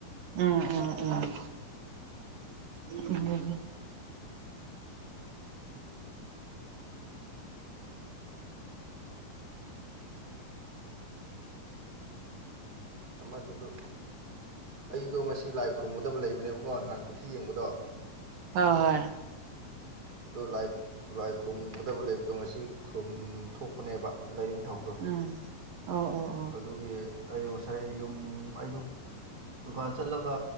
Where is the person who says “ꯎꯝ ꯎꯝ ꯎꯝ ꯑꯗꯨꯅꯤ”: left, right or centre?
Right